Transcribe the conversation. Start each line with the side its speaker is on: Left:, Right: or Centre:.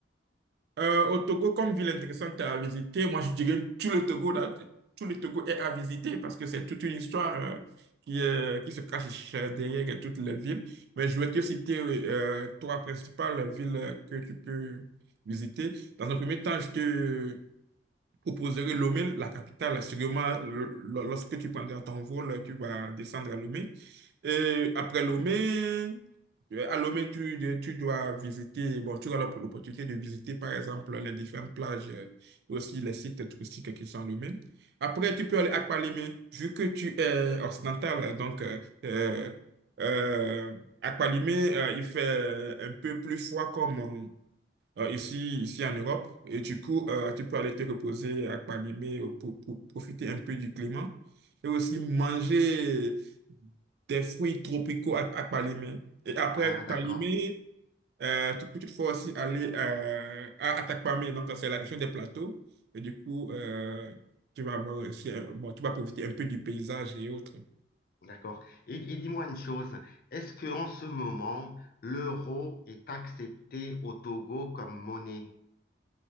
Right: Euh, au Togo, comme ville intéressante à visiter, moi je dirais tout le Togo, là, tout le Togo est à visiter parce que c'est toute une histoire euh, qui, euh, qui se cache derrière toutes les villes. Mais je vais te citer euh, trois principales villes que tu peux visiter. Dans un premier temps, je te proposerais Lomé, la capitale. Sûrement, lorsque tu prendras ton vol, tu vas descendre à Lomé. Et après Lomé, euh, à Lomé, tu, tu dois visiter, bon, tu auras l'opp- l'opportunité de visiter, par exemple, les différentes plages euh, et aussi les sites touristiques qui sont à Lomé. Après, tu peux aller à Kpalimé, vu que tu es occidental, donc euh, euh, euh, à Kpalimé, euh, il fait euh, un peu plus froid comme, euh, euh, ici, ici en Europe. Et du coup, euh, tu peux aller te reposer à Palimé pour, pour profiter un peu du climat et aussi manger des fruits tropicaux à, à Palimé. Et après
Left: Ah, d'accord,
Right: Palimé, euh, tu peux toutefois aussi aller euh, à Atakpamé, donc c'est la région des plateaux. Et du coup, euh, tu vas avoir aussi un- bon, tu vas profiter un peu du paysage et autres.
Left: d'accord. Et, et dis-moi une chose, est-ce que en ce moment, l'euro est accepté au Togo comme monnaie?